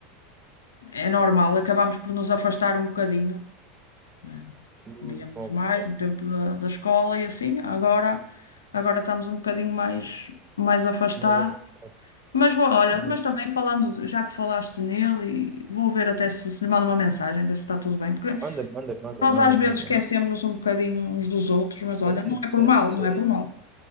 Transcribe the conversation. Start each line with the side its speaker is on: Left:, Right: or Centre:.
Left: eh, é normal, acabamos por nos afastar um bocadinho. né?
Right: Hum,
Left: Víamos
Right: ok.
Left: mais no tempo da, da escola e assim. Agora, agora estamos um bocadinho mais, mais afastados.
Right: Mas a frente. ok.
Left: Mas vou, olha,
Right: hum,
Left: mas também falando, de- já que falaste nele, e vou ver até se, se lhe mando uma mensagem, ver se está tudo bem. Porque
Right: manda-lhe, manda-lhe, manda-lhe,
Left: nós
Right: manda-lhe,
Left: às vezes
Right: manda-lhe.
Left: esquecemos-nos um bocadinho uns dos outros, mas olha, não
Right: É isso,
Left: é por
Right: é
Left: mal,
Right: isso,
Left: não
Right: é
Left: é por
Right: isso.
Left: mal.